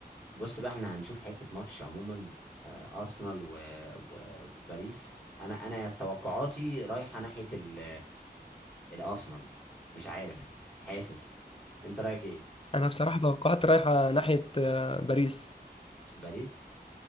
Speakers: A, in the centre; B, on the left.
A: بص بقى احنا هنشوف حتة ماتش عموما آه، أرسنال و... و... وباريس أنا أنا توقعاتي رايحة ناحية ال... الأرسنال مش عارف حاسس أنت رأيك إيه؟
B: انا بصراحه توقعات رايحه ناحيه آه، باريس
A: باريس